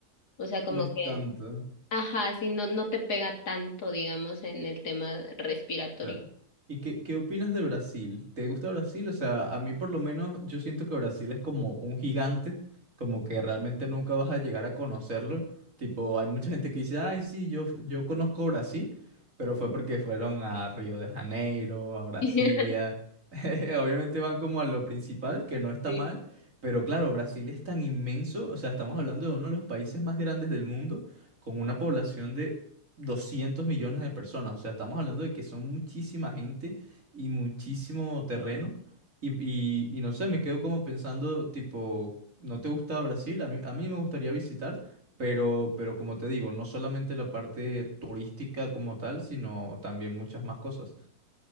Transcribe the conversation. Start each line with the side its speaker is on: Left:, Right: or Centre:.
Left: O sea, como
Right: No es
Left: que,
Right: tanto.
Left: ajá, sí, no, no te pega tanto, digamos, en el tema respiratorio.
Right: Claro. ¿Y qué, qué opinas de Brasil? ¿Te gusta Brasil? O sea, a mí por lo menos yo siento que Brasil es como un gigante, como que realmente nunca vas a llegar a conocerlo. Tipo, hay mucha gente que dice, ay, sí, yo, yo conozco Brasil, pero fue porque fueron a Río de Janeiro, a Brasilia.
Left: <laughs>
Right: <laughs> Obviamente van como a lo principal, que no está
Left: Sí.
Right: mal, pero claro, Brasil es tan inmenso, o sea, estamos hablando de uno de los países más grandes del mundo, con una población de 200 millones de personas. O sea, estamos hablando de que son muchísima gente y muchísimo terreno. Y, y- y no sé, me quedo como pensando, tipo, ¿no te gusta Brasil? A mí, a mí me gustaría visitar, pero, pero como te digo, no solamente la parte turística como tal, sino también muchas más cosas.